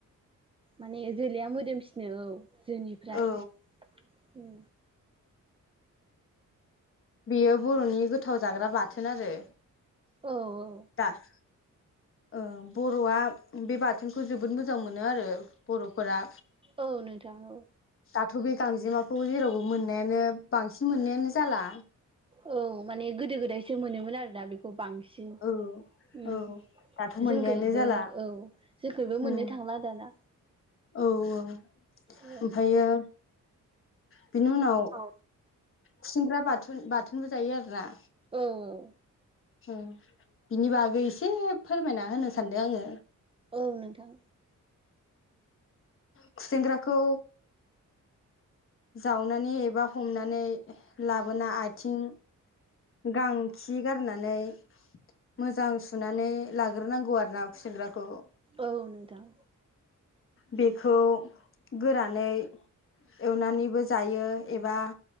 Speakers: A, on the right (about 20°); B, on the left (about 40°).
A: माने जोलैया मोदोमसिनो औ जोनिफ्राय,
B: औ
A: उम
B: बेयो बर'नि गोथाव जाग्रा बाथोन आरो
A: औ
B: दास औ बर'आ बे बाथोनखौ जोबोद मोजां मोनो आरो बर'फोरा
A: औ नोंथां औ
B: दाथ' बे गांजेमाखौ जेरावबो मोननायानो बांसिन मोननायानो जाला।
A: औ माने गोदो गोदायसो मोनोमोन आरोना बेखौ बांसिन।
B: औ
A: उम
B: औ दाथ' मोननायानो
A: जोंखइबो
B: जाला
A: औ जोंखइबो मोननो
B: उम
A: थांला दाना।
B: औ औ
A: औ
B: ओमफायो बेनि उनाव
A: औ
B: खुसेंग्रा बाथुन बाथोनबो जायो आरोना।
A: औ औ
B: बिनि बागै एसे फोरमायना होनो सानदों आङो।
A: औ नोंथां।
B: खुसेेंग्राखौ जावनानै एबा हमनानै लाबोना आथिं गां खि गारनानै मोजां सुनानै लाग्रोनांगौ आरो ना खुसेंग्राखौ।
A: औ नोंथां।
B: बेखौ गोरानै एवनानैबो जायो एबा